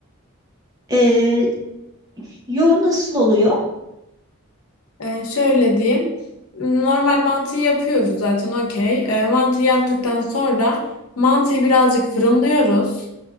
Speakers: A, on the right; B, on the left.
A: Ee, yo nasıl oluyor?
B: Ee, şöyle diyeyim. Normal mantıyı yapıyoruz zaten okey. Ee, mantıyı yaptıktan sonra mantıyı birazcık fırınlıyoruz.